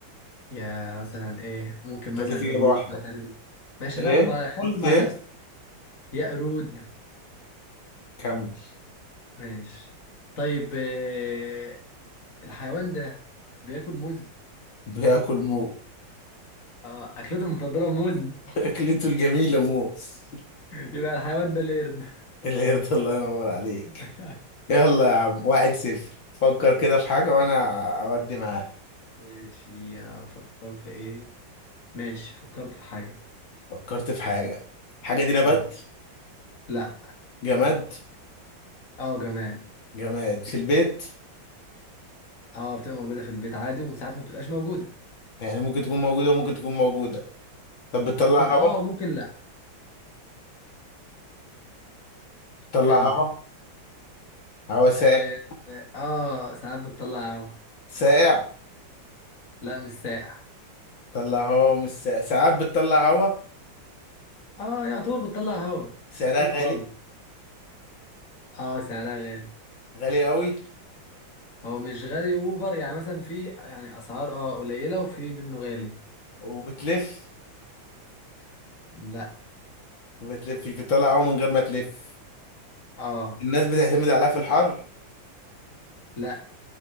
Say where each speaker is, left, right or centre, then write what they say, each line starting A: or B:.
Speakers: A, on the left (about 40°); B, on the left (about 75°).
A: يا مثلا ايه ممكن
B: انت
A: مثلا
B: ليك اجابه
A: قرود
B: واحده
A: مثلا ماشي
B: ايه
A: لا انا بخمن
B: قلت
A: مع
B: ايه
A: نفسي يا قرود
B: كمل
A: ماشي طيب آه، الحيوان ده بياكل موز
B: بياكل موز
A: اه اكلته المفضله موز <laughs>
B: <laughs> اكلته الجميله موز
A: يبقى الحيوان ده القرد
B: القرد الله ينور عليك
A: <laughs>
B: يلا يا عم واحد صفر فكر كده في حاجه وانا اودي معاك
A: ماشي افكر في ايه ماشي فكرت في حاجه
B: فكرت في حاجه الحاجه دي نبات
A: اه لا
B: جماد
A: اه جماد
B: جماد في البيت
A: اه بتبقى موجوده في البيت عادي وساعات ما بتبقاش موجوده
B: يعني ممكن تكون موجوده وممكن تكون موجوده طب بتطلع
A: ممكن اه
B: هوا
A: ممكن لا
B: بتطلع
A: كمل
B: هوا هوا ساقع
A: اه, آه ساعات بتطلع هوا
B: ساقع
A: لا مش ساقع
B: بتطلع هوا مش ساقع ساعات بتطلع هوا
A: اه يعتبر بتطلع هوا
B: سعرها
A: خفيف
B: غالي
A: خالص اه سعرها غالي
B: غالي قوي
A: هو مش غالي اوفر يعني مثلا في يعني اسعار اه قليله وفي منه غالي
B: وبتلف
A: لا
B: ما بتلفش بتطلع هوا من غير ما تلف
A: اه
B: الناس بتعتمد عليها في الحر
A: لا